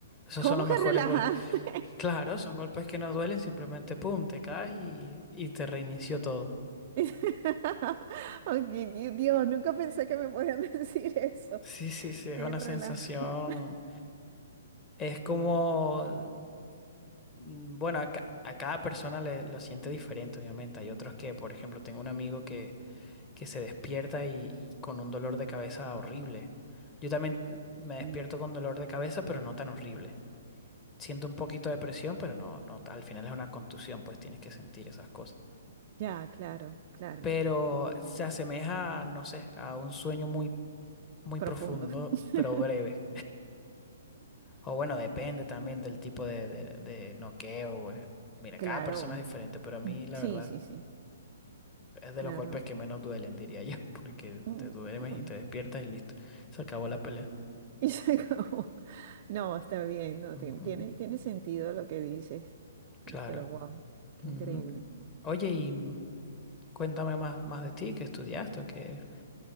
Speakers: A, on the left; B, on the right.
A: Esos
B: ¿cómo
A: son los
B: que
A: mejores
B: relajante?
A: golpes. Claro, son golpes que no duelen, simplemente, pum, te caes y, y te reinició todo.
B: <laughs> Ay, qué- Dios, nunca pensé que me podían <laughs> decir eso.
A: Sí, sí, sí, es
B: Qué
A: una
B: relajante.
A: sensación, es como... Mm, Bueno, a, ca- a cada persona le, lo siente diferente, obviamente. Hay otros que, por ejemplo, tengo un amigo que, que se despierta y, y con un dolor de cabeza horrible. Yo también mm, me despierto
B: Mm,
A: con dolor de cabeza, pero no tan horrible. Siento un poquito de presión, pero no, no, al final es una contusión, pues tienes que sentir esas cosas.
B: Ya, claro, claro.
A: Pero se asemeja, no sé, a un sueño muy, muy
B: Profundo.
A: profundo,
B: <laughs>
A: pero breve. O bueno, depende también del tipo de, de, de noqueo, pues. Mira,
B: Claro.
A: cada persona es diferente, pero a mí,
B: Mm,
A: la
B: Sí,
A: verdad.
B: sí, sí.
A: Es de
B: Claro.
A: los golpes que menos duelen, diría yo, <laughs> porque
B: Mm,
A: te duermes
B: mm.
A: y te despiertas y listo. Se acabó la pelea.
B: <laughs> Y se acabó. No, está bien, no,
A: Ujú,
B: tien- tiene, tiene sentido lo que dices,
A: Claro.
B: pero wow, qué
A: Ujú.
B: increíble.
A: Oye, y mm, cuéntame más, más de ti, qué estudiaste o qué.